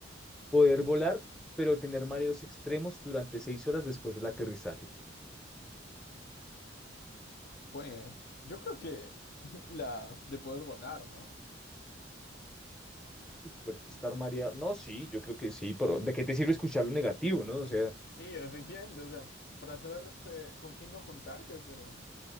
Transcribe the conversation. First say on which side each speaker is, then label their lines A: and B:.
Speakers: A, in the centre; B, on the left.
A: poder volar, pero tener mareos extremos durante seis horas después del aterrizaje.
B: Pues, yo creo que <laughs> la de poder volar, ¿no?
A: Pero es que estar mareado, no, sí, yo creo que sí, pero ¿de qué te sirve escuchar lo negativo, no? O sea,
B: Sí, efectivamente, o sea, para saber este, con quién no juntarte, pero